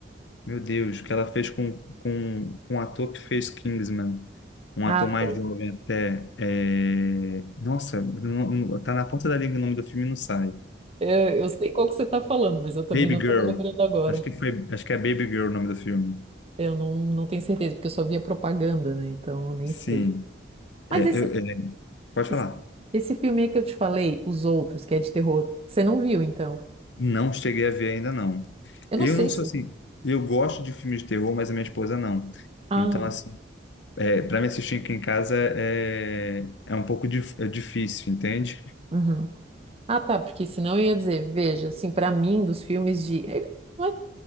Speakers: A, on the left (about 75°); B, on the right (about 35°).
A: Meu Deus, que ela fez com, com, com um ator que fez Kingsman, um
B: Ah,
A: ator mais
B: sei.
A: jovem até. é, Nossa, não, não- tá na ponta da língua o nome do filme e não sai.
B: É, eu sei qual que você está falando, mas eu também
A: Baby
B: não
A: Girl.
B: estou me lembrando agora.
A: Acho que foi, acho que é Baby Girl o nome do filme.
B: Eu não, não tenho certeza, porque eu só via propaganda, né? Então eu nem
A: Sim,
B: sei. Mas
A: é,
B: esse,
A: eu- é, pode
B: esse,
A: falar.
B: esse filme aí que eu te falei, Os Outros, que é de terror, você não viu, então?
A: Não cheguei a ver ainda não.
B: Eu
A: Eu
B: não sei
A: não
B: se.
A: sou assim, eu gosto de filmes de terror, mas a minha esposa não.
B: Ah,
A: Então assim, é, para me assistir aqui em casa é, é um pouco dif- é difícil, entende?
B: uhum. Ah, tá, porque senão eu ia dizer, veja, assim, pra mim, dos filmes de. Ele não, é-